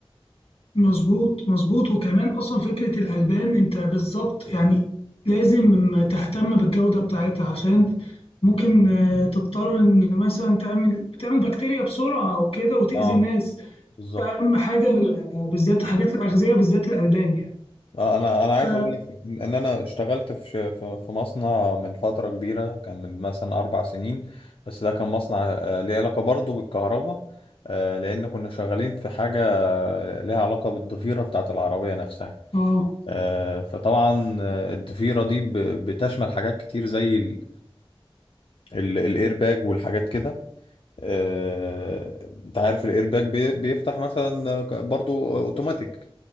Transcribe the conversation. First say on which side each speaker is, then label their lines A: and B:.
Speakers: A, on the left; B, on the left.
A: مظبوط مظبوط وكمان اصلا فكره الالبان انت بالظبط يعني لازم تهتم بالجوده بتاعتها عشان ممكن آه، تضطر ان مثلا تعمل بتعمل بكتيريا بسرعه او كده وتاذي
B: اه
A: الناس
B: بالظبط
A: ده اهم حاجه آه، بالذات حاجات الاغذيه بالذات الالبان يعني
B: آه انا انا
A: ف
B: عايز اقول لك ان انا اشتغلت في ش- في في مصنع من فترة كبيرة كان من مثلا اربع سنين بس ده كان مصنع آه، ليه علاقة برضه بالكهرباء آه، لان كنا شغالين في حاجة آه، ليها علاقة بالضفيرة بتاعة العربية نفسها
A: اه
B: آه، فطبعا آه، الضفيرة دي ب- بتشمل حاجات كتير زي الايرباج والحاجات كده آه، انت عارف الايرباج بي- بيفتح مثلا برضو اوتوماتيك